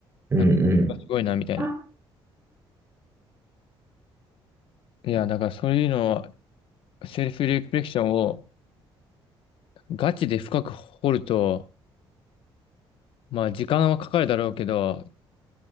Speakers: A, on the right; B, on the left.
A: うんうん。
B: なんかすごいな、みたいな。
A: あ
B: いや、だからそういうのは、セルフリフレクションをガチで深く掘ると、まあ時間はかかるだろうけど、